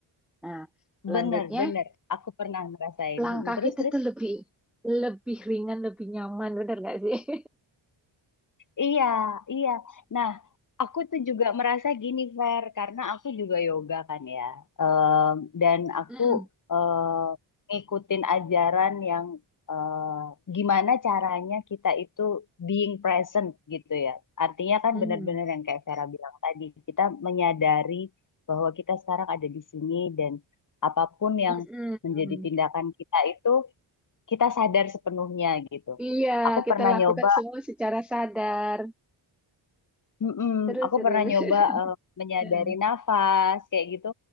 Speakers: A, in the centre; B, on the left.
A: Nah, selanjutnya
B: Bener, bener. Aku pernah ngerasain.
A: langkah
B: Terus,
A: kita
B: terus.
A: tuh lebih lebih ringan, lebih nyaman, bener gak sih? <laughs>
B: Iya, iya. Nah, aku tuh juga merasa gini, Fer, karena aku juga yoga kan ya. Em, dan aku
A: Mm-mm.
B: eh, ngikutin ajaran yang eh, gimana caranya kita itu being present gitu ya. Artinya kan
A: Mhm.
B: benar-benar yang kayak Vera bilang tadi, kita menyadari bahwa kita sekarang ada di sini dan apapun yang
A: Mhm.
B: menjadi tindakan kita itu kita sadar sepenuhnya gitu.
A: Iya,
B: Aku
A: kita
B: pernah
A: lakukan
B: nyoba
A: semua secara sadar.
B: Mm-mm.
A: Terus,
B: Aku
A: terus.
B: pernah nyoba
A: <laughs>
B: eh, menyadari
A: Heeh.
B: nafas kayak gitu.